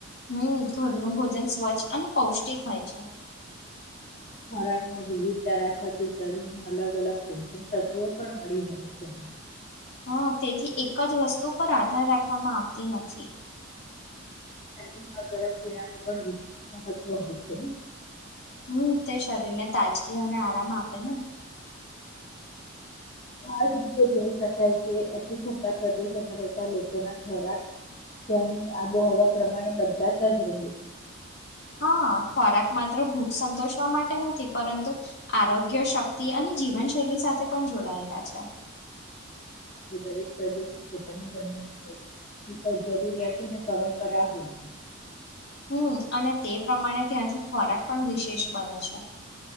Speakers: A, on the left; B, on the left.
A: હમ ઘરનું ભોજન સ્વચ્છ અને પૌષ્ટિક હોય છે.
B: ખોરાકમાં વિવિધતા રાખવાથી શરીરને અલગ અલગ પોષણ તત્વો પણ મળી રહે છે.
A: હ તેથી એક જ વસ્તુ પર આધાર રાખવામાં આવતી નથી.
B: ઠંડીમાં ગરમ પીણાનું પણ વિશેષ મહત્વ હોય છે ને
A: હમ તે શરીરને તાજગી અને આરામ આપે ને
B: આજ રીતે જોઈ શકાય કે અતિ ઠંડા પ્રદેશોમાં રહેતા લોકોના ખોરાક ત્યાંની આબોહવા પ્રમાણે બદલાતા જ રહી
A: હા ખોરાક માત્ર ભૂખ સંતોષવા માટે નથી પરંતુ આરોગ્ય શક્તિ અને જીવનશૈલી સાથે પણ જોડાયેલા છે.
B: દરેક પ્રદેશ પોતાની જન્મ <inaudible> પણ જરૂરિયાતોને પરંપરા હોય
A: હમ અને તે પ્રમાણે ત્યાંથી ખોરાક પણ વિશેષ બને છે.